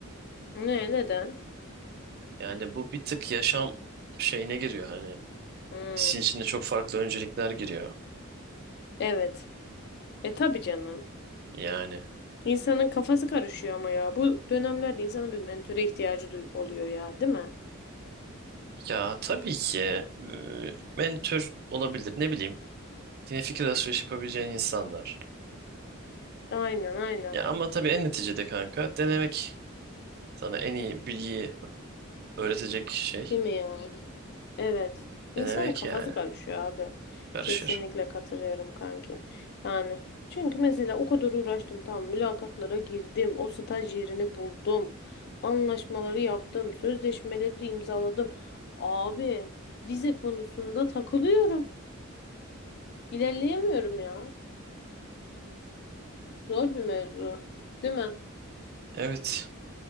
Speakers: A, on the left; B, on the right.
A: Ne? Neden?
B: Yani bu bir tık yaşam şeyine giriyor hani.
A: Hmm.
B: İşin içinde çok farklı öncelikler giriyor.
A: Evet. E tabii canım.
B: Yani
A: İnsanın kafası karışıyor ama ya. Bu dönemlerde insanın bir mentöre ihtiyacı duy oluyor ya, değil mi?
B: ya tabii ki e, mentor olabilir. Ne bileyim. Yine fikir alışverişi yapabileceğin insanlar.
A: Aynen, aynen.
B: Ya ama tabii en neticede kanka denemek sana en iyi bilgiyi öğretecek şey
A: Değil mi ya? Evet. İnsanın
B: denemek
A: kafası
B: yani
A: karışıyor abi.
B: karışır.
A: Kesinlikle katılıyorum kanki. Yani çünkü mesela o kadar uğraştım tamam mülakatlara girdim. O staj yerini buldum. Anlaşmaları yaptım. Sözleşmeleri imzaladım. Abi vize konusunda takılıyorum. İlerleyemiyorum ya. Zor bir mevzu. Değil mi?
B: Evet.